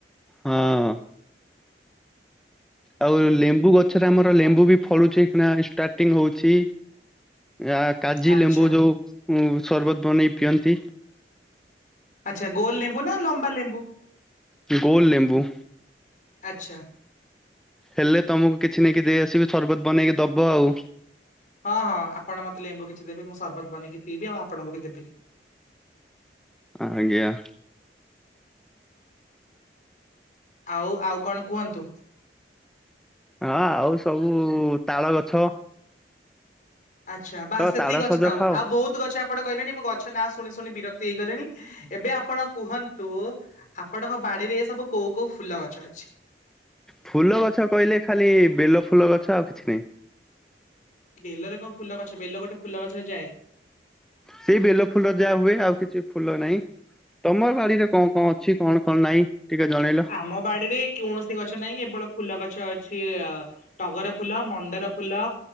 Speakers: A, in the centre; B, on the left.
A: ହଁ। ଆଉ ଲେମ୍ବୁ ଗଛରେ ଆମର ଲେମ୍ବୁ ବି ଫଳୁଛି କି ନା ଷ୍ଟାର୍ଟିଙ୍ଗ ହଉଛି ଆୟ କାଜି
B: ଆଚ୍ଛା
A: ଲେମ୍ବୁ ଯୋଉ ସରବତ ବନେଇ ପିଅନ୍ତି
B: ଆଚ୍ଛା ଗୋଲ ଲେମ୍ବୁ ନା ଲମ୍ବା ଲେମ୍ବୁ
A: ଗୋଲ ଲେମ୍ବୁ
B: ଆଚ୍ଛା।
A: ହେଲେ ତମକୁ କିଛି ନେଇକି ଦେଇ ଆସିବି ସରବତ ବନେଇକି ଦବ ଆଉ
B: ହଁ ହଁ ଆପଣ ମତେ ଲେମ୍ବୁ କିଛି ଦେବେ ମୁଁ ସର୍ବତ ବନେଇ କି ପିଇବି ଆପଣଙ୍କୁ ବି ଦେବି
A: ଆଜ୍ଞା।
B: ଆଉ ଆଉ କଣ କୁହନ୍ତୁ?
A: ହଁ ଆଉ ସବୁ ତାଳ ଗଛ
B: ଆଚ୍ଛା ବା
A: ତ
B: ସେତିକି
A: ତାଳ
B: ଗଛ
A: ସଜ
B: ଥାଉ
A: ଖାଅ।
B: ଆଉ ବହୁତ ଗଛ ଆପଣ କହିଲେଣି ମୋ ଗଛ ନା ଶୁଣି ଶୁଣି ବିରକ୍ତି ହେଇଗଲେଣି ଏବେ ଆପଣ କୁହନ୍ତୁ ଆପଣଙ୍କ ବାଡିରେ ସବୁ କୋଉ କୋଉ ଫୁଲ ଗଛ ଅଛି।
A: ଫୁଲ ଗଛ କହିଲେ ଖାଲି ବେଲ ଫୁଲ ଗଛ ଆଉ କିଛି ନାହିଁ।
B: ବେଲରେ କଣ ଫୁଲ ଗଛ ବେଲ ଗୋଟେ ଫୁଲ ଗଛରେ ଯାଏ
A: ସେଇ ବେଲ ଫୁଲ ଯାହା ହୁଏ ଆଉ କିଛି ଫୁଲ ନାହିଁ ତମର ବାଡିରେ କଣ କଣ ଅଛି କଣ କଣ ନାହିଁ। ଟିକେ ଜଣେଇଲ?
B: ଆମ ବାଡିରେ କୌଣସି ଗଛ ନାହିଁ ଏବଳ ଫୁଲ ଗଛ ଅଛି ଟଗର ଫୁଲ ମନ୍ଦାର ଫୁଲ